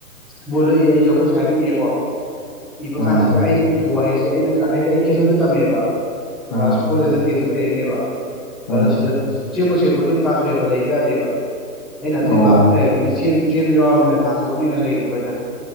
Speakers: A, in the centre; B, on the left.
A: ꯃꯣꯏ ꯂꯣꯏ ꯏꯅꯩ ꯑꯩꯁꯨ ꯑꯩꯈꯣꯏ ꯁꯥꯏꯗ ꯏꯔꯦꯀꯣ ꯏꯕ
B: ꯑꯥ
A: ꯀꯥꯟꯁꯤꯗ ꯑꯩꯅ ꯏꯕ ꯋꯥꯍꯩꯁꯦ ꯑꯩꯅ ꯈ ꯍꯥꯏꯗꯤ ꯑꯩ ꯀꯩꯊꯣꯛꯗ ꯇꯝꯃꯦꯕ ꯀ꯭ꯂꯥꯁ
B: ꯑꯥ
A: ꯐꯣꯔꯗꯅ ꯇꯦꯟꯐꯨꯛ ꯂꯩꯔꯤꯅꯦꯕ
B: ꯎꯝ
A: ꯑꯗꯨ ꯁꯤꯗ ꯆꯦꯡꯕꯨ ꯆꯦꯟꯊꯣꯛꯗꯤ ꯌꯥꯝ ꯇꯥꯟꯊꯣꯛꯑꯦꯕ ꯂꯩꯕ ꯌꯥꯗꯦꯕ ꯑꯩꯅ ꯑꯗꯨꯏ
B: ꯑꯣ
A: ꯕꯥꯞꯇꯨ ꯂꯩꯔꯅꯤꯅ ꯆꯦꯟ ꯆꯦꯟꯕ ꯌꯥꯎꯔꯝꯃꯤꯅ ꯇꯥꯟꯊꯣꯛꯑꯅꯦꯅ ꯂꯩꯔꯨꯕ ꯑꯩꯅ